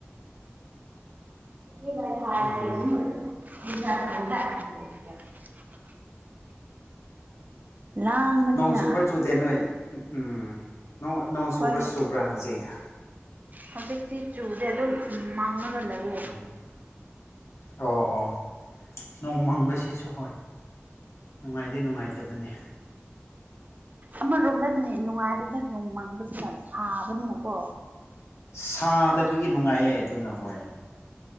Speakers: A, on the right (about 40°); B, on the left (about 80°).
A: <inaudible>
B: ꯑꯗꯨꯅꯦ
A: ꯂꯥꯡꯕꯅꯤꯅ
B: ꯅꯣꯡ ꯆꯨꯕ꯭ꯔꯥ ꯆꯨꯗꯦ ꯅꯣꯏ ꯎꯝ ꯅꯣꯡ
A: ꯑꯩꯈꯣꯏ
B: ꯆꯨꯕ꯭ꯔꯥ ꯆꯨꯕ꯭ꯔꯥ ꯍꯧꯖꯤꯛ
A: ꯍꯧꯖꯤꯛꯇꯤ ꯆꯨꯗꯤꯦ ꯑꯗꯨꯝ ꯃꯥꯡꯉꯒ ꯂꯩꯌꯦ
B: ꯎꯝ ꯑꯣ ꯑꯣ ꯅꯣꯡꯃꯪꯕꯁꯤꯁꯨ ꯍꯣꯏ ꯅꯨꯡꯉꯥꯏꯗꯤꯦ ꯅꯨꯡꯉꯥꯏꯇꯕꯅꯤ
A: ꯑꯃꯔꯣꯝꯗ ꯑꯗꯨꯅꯦ ꯅꯨꯡꯉꯥꯏꯔꯤꯗ ꯅꯣꯡꯃꯥꯡꯕꯁꯤꯅ ꯁꯥꯥꯕꯅꯤꯅꯀꯣ
B: ꯁꯥꯗꯕꯒꯤ ꯅꯨꯡꯉꯥꯏꯌꯦ ꯑꯗꯨꯅ ꯍꯣꯏ